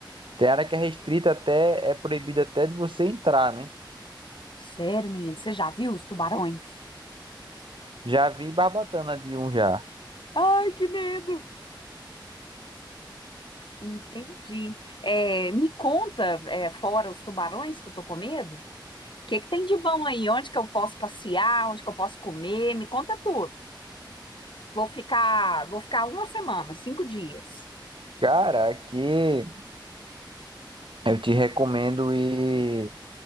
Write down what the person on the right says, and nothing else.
Tem área que é restrita até, é proibida até de você entrar, né?
Já vi barbatana de um já.
Cara, aqui eu te recomendo ir